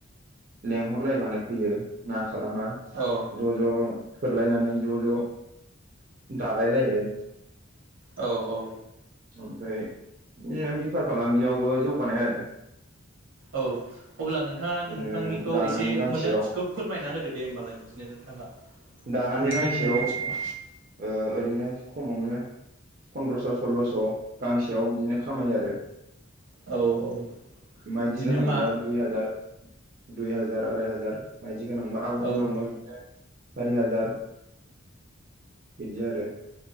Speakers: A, on the right; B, on the right.
A: लेंहरलायबानो फैयो ना खालामा
B: औ
A: ज ज थोरलायनानै ज ज दालायलायो
B: औ औ
A: ओमफ्राय इयो बिफार फालांगियावबो जौगानाय आरो
B: औ अब्ला नोंथाङा नोंथांनिखौ
A: बिदिनो दानानै
B: एसे
A: गांसेयाव
B: मोनदांथिखौ फोरमायना होदो दे होमबालाय बिदिनो नोंथाङा
A: दानानै
B: नोंथांनि
A: गांसेयाव
B: मोन्दांथिखौ
A: ओ ओरैनो खमावनो पन्द्रस सल्लस गांसेयाव बिदिनो खामायो आरो
B: औ औ
A: माइदि
B: बिदिनो
A: गोनांबा
B: मा
A: दुइ हाजार दुइ हाजार आराय हाजार बायदि गोनांबा आगर
B: औ
A: गोनांबा बिदिनो सारि हाजार बिदि आरो